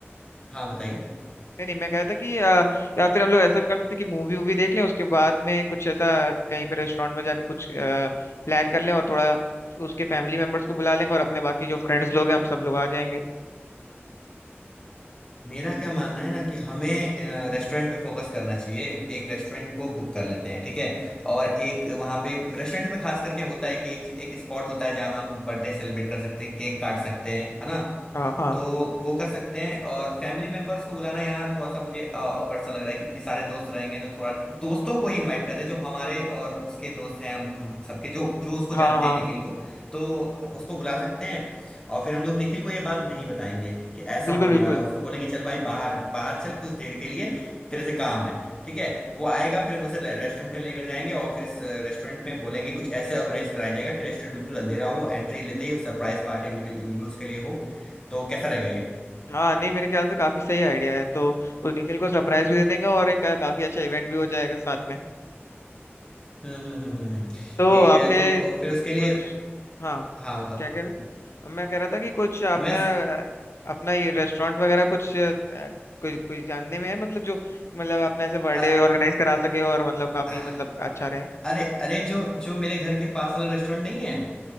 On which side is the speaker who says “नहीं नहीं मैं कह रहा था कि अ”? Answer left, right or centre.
Left